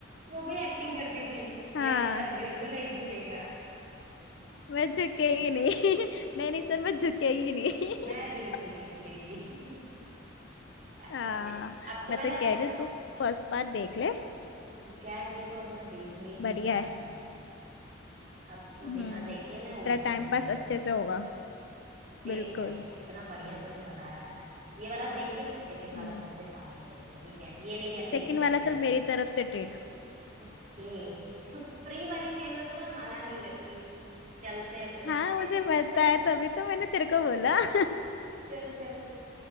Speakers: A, on the right; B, on the left.
A: वो भी एक्टिंग करती थी
B: हाँ
A: यस सर बिल्कुल नहीं झुकेगा
B: मैं झुकेगी नहीं <laughs> नहीं नहीं सर
A: हाँ
B: मैं झुकेगी नहीं <laughs>
A: मैं बिल्कुल नहीं झुकेगी <laughs> यार
B: हाँ
A: सच में अब तो
B: मैं
A: मैं
B: तो
A: ना
B: कह रही हूँ तू फर्स्ट पार्ट देख ले
A: क्या है दी तो अब मैं देखने
B: बढ़िया
A: ही जा रही
B: है
A: हूँ अब तो
B: हम्म
A: बिना देखे
B: तेरा
A: मैं उठूंगी
B: टाइम
A: नहीं
B: पास अच्छे से होगा
A: फिर
B: बिल्कुल
A: क्या इतना बढ़िया तूने बताया है ये वाला देख के फिर सेकंड वाला
B: हम्म
A: चलते साथ में देखने ठीक है ये नहीं कि अकेले
B: सेकंड वाला
A: चली जाना
B: चल मेरी तरफ से ट्रीट
A: ओके <laughs> फ्री वाली चीज है तो मैं मना नहीं करती चलते हैं
B: हाँ
A: फिर
B: मुझे पता है तभी तो मैंने तेरे को बोला <laughs>
A: <laughs> चल चल